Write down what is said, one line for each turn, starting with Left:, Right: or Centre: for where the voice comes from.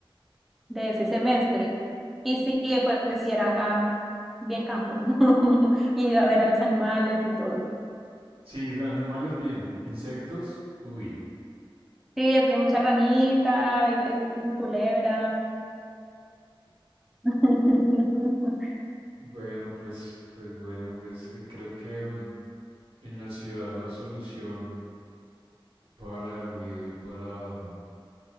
Centre: de ese semestre. Y sí, pues sí era bien campo. <laughs> Y iba a ver a los animales y todo.
Right: Sí, de animales bien. Insectos, uy.
Centre: Sí, es que mucha ranita, y ve- y culebra. <laughs>
Right: Bueno, pues, pues bueno, pues eh, creo que mm, en la ciudad la solución para el ruido y para mm,